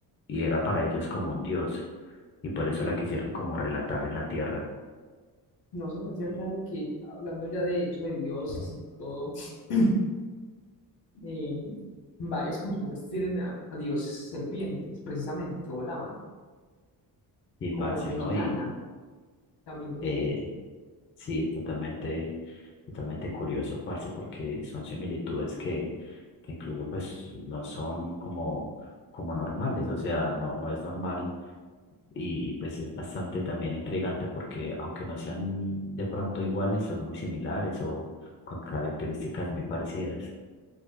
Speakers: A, on the left; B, on the left.
A: y era para ellos como un dios y por eso la quisieron como relatar en la tierra.
B: No se le hace raro que hablando ya de eso, de dioses y todo. <clears throat> eh, varias culturas tienen a, a dioses serpientes, precisamente, que volaban,
A: Y
B: como
A: parce,
B: la mexicana,
A: ¿no? y
B: también lo mismo.
A: Eh, sí, totalmente, totalmente curioso, parce, porque son similitudes que, que incluso pues no son como, como normales, o sea, no, no es normal y pues es bastante también intrigante porque aunque no sean de pronto iguales, son muy similares o con características muy parecidas.